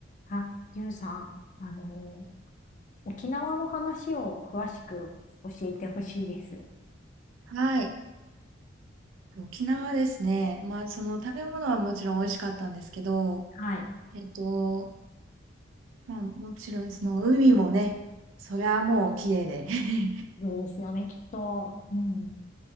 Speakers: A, on the left; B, on the right.
A: あ、ゆうさん、あの、沖縄の話を詳しく教えてほしいです。
B: はい。沖縄ですね。まあ、その食べ物はもちろん美味しかったんですけど、
A: はい。
B: えっと、まあ、もちろんその海もね、そりゃもう綺麗で。<laughs>
A: そうですよね、きっと。うん。